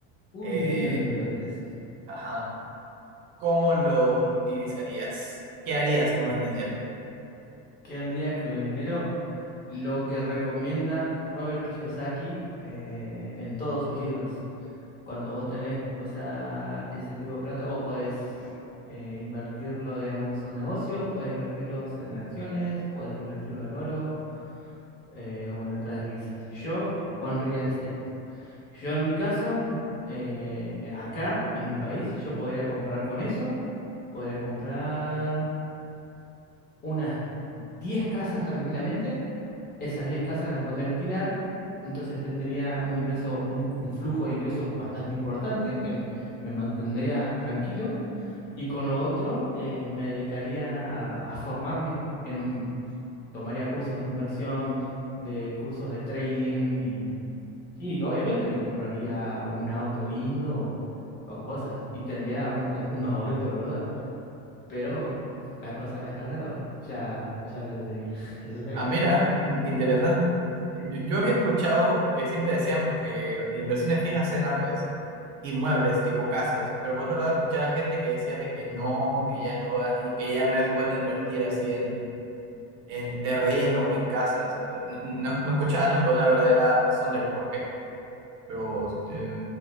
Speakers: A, on the left (about 30°); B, on the right (about 60°).
A: Un
B: eh,
A: millón de dólares.
B: ajá, ¿cómo lo utilizarías? ¿Qué harías con el dinero?
A: quedan días con el dinero, lo que recomienda Robert Kiyosaki eh, en todos sus libros. Cuando vos tenés, o sea, ese tipo de plata, vos podés eh, invertirlo, digamos, en negocios, podés invertirlos en acciones, podés invertirlo en oro eh, o en otras divisas. Yo, o en real estate. Yo en mi caso, eh, acá, en mi país, yo podría comprar con eso, podría comprar unas 10 casas tranquilamente esas 10 casas las pondré a alquilar, entonces tendría un ingreso, un, un flujo de ingreso bastante importante que me mantendría tranquilo y con lo otro eh, me dedicaría a, a formarme, en, tomaría cursos de inversión, de cursos de trading y, y obviamente me compraría un auto lindo o, o cosas y tendría una- unos ahorritos por duda, pero la cosa de las casas lo, ya, ya lo tendría, <laughs> eso estaría
B: Ah,
A: bueno.
B: mira, in- interesante. Yo, yo había escuchado que siempre decían, porque inversiones fijas eran pues inmuebles, tipo casas, pero por otro lado escuchaba gente que decía de que no, que ya no va, y que ya no es bueno invertir así en, en terrenos o en casas. Eh, No, no- no escuchaba nunca una verdadera razón del por qué, pero eh,